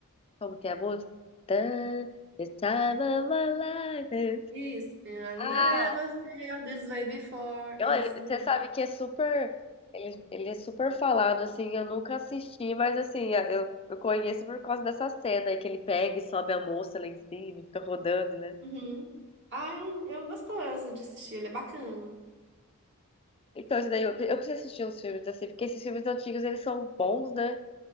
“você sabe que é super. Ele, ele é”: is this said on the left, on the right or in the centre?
Left